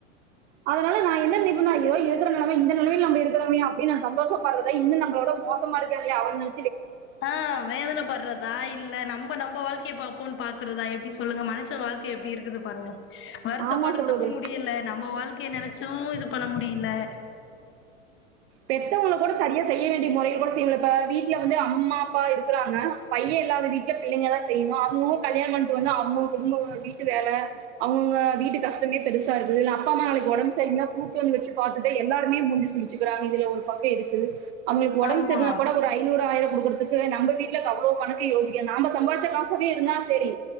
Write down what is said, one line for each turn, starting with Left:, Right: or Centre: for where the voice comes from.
Right: அதனால நா என்ன <unintelligible> இருக்கற நெலம இந்த நெலமையிலு நம்ப இருக்கிறமோ அப்டின்னு நெனச்சோ சந்தோஷம் பாக்குறத இன்னு நம்மளோட மோசமான இருக்காங்களைய அவனு
Left: ஆஹ் வேதனை படறதா இல்ல நம்ம நம்ப வாழ்க் கையே பாப்போன்னு பாக்கறதா எப்புடி சொல்லாங்க மனுச வாழ்க்கைய எப்டி இருக்குது பாருங்க வருத்தப்படுறதுக்கு
Right: ஆமா சகோதரி
Left: முடியல நம்ம வாழ்க்கைய நீனைச்சு இது பண்ண முடியல <inaudible>
Right: பெத்தவங்கள கூட சரியா செய்ய வேண்டிய மொறையக் கூட செய்யளலப்பா வீட்ல வந்து அம்மா அப்பா இருக்கறாங்க பைய இல்லாதது வீட்லே பிள்ளைங்கதா செய்யணு அவுங்கவுங்க கல்யாணோ பண்ணிட்டு வந்து அவுங்கவுங்க குடும்ப வீட்டு வேல அவுங்க வீட்டு கஷ்டமே பெருசாருக்கு இதுல்ல அப்பாம்மாக்கு ஒடம்பு சரியில்ல கூட்டு வந்து வெச்சு பாத்ததுண்டு எல்லாருமே மூஞ்சு சுலிச்சு கிரங்க இதுல ஒரு பக்கை இருக்குது அவுங்களுக்கு ஒடம்பு
Left: ஆமா
Right: சரியில்லனாக் கூட ஒரு ஐநூறு ஆயிரோ <unintelligible> நம்ம வீட்ல அவ்ளோவு கணக்கு யோசிக்கறோ நாம் சம்பாதிச்ச காசு வீடுன்னா செரி